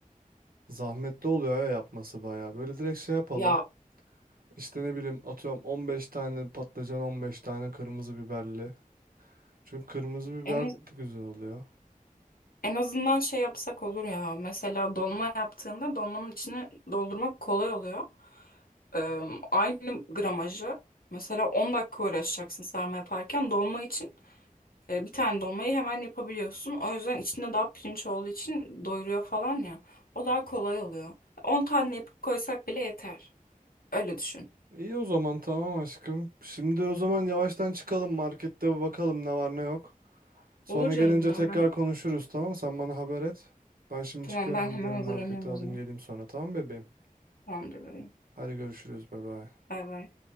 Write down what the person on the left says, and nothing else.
Ya
en
En azından şey yapsak olur ya. Mesela dolma yaptığında dolmanın içini doldurmak kolay oluyor. Ee, aynı gramajı mesela 10 dakika uğraşacaksın sarma yaparken dolma için e, bir tane dolmayı hemen yapabiliyorsun. O yüzden içinde daha pirinç olduğu için doyuruyor falan ya. O daha kolay oluyor. 10 tane yapıp koysak bile yeter. Öyle düşün.
Olur canım
ya
ben.
Tamam
ben hemen
hazırlanıyorum
o zaman.
Tamamdır bebeğim.
Bay bay.